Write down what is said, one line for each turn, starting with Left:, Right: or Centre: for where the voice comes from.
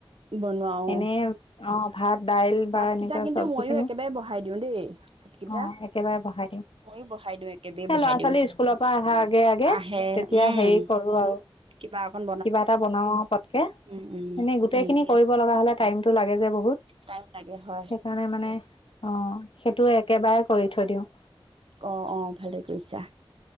Right: বনোৱা
Left: এনেই
Right: অ
Left: অ' ভাত দাইল বা
Right: ভাতকেইটা
Left: এনেকুৱা
Right: কিন্তু
Left: সব্জি
Right: ময়ো
Left: খিনিও
Right: একেবাৰে বহাই দিওঁ দেই ভাতকেইটা
Left: অ' একেবাৰে বহাই দিওঁ,
Right: ময়ো বহাই দিওঁ একেবাৰে
Left: এ
Right: বহাই
Left: ল'ৰা
Right: দিওঁ
Left: ছোৱালী স্কুলৰ পৰা অহা আগে আগে
Right: আহে
Left: তেতিয়া
Right: উম
Left: হেৰি কৰো আৰু
Right: কিবা অকণ
Left: কিবা এটা বনাও আৰু পটকে
Right: উম উম
Left: এনে গোটেইখিনি
Right: তেনেকে
Left: কৰিব লগা হলে টাইমতটো লাগে যে বহুত
Right: টাইম লাগে হয়
Left: সেইকাৰণে মানে অ' সেইটো একেবাৰে কৰি থৈ দিওঁ।
Right: অ' অ' ভালেই কৰিছা।